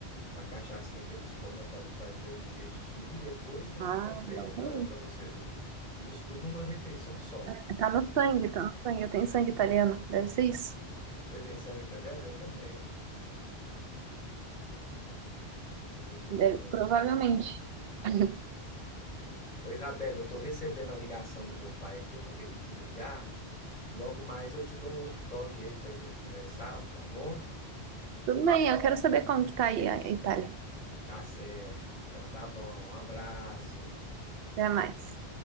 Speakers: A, on the left (about 45°); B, on the right (about 65°).
A: uma cachaçinha que eles tomam para fazer o digestivo e depois vem
B: Ah,
A: o café.
B: não, também.
A: Olha para você ver. Isso tudo numa refeição só.
B: É, Tá no sangue, tá no sangue. Eu tenho sangue italiano, deve ser isso.
A: Você tem sangue italiano? Eu também. Muito
B: Deve-
A: bom.
B: provavelmente. <laughs>
A: Ô Isabela, eu tô recebendo a ligação do meu pai aqui, eu vou ter que desligar. Logo mais eu te dou um outro toque aí pra gente conversar, tá bom?
B: Tudo bem, eu quero saber como que tá aí a Itália.
A: Tá certo. Então tá bom. Um abraço.
B: Até mais.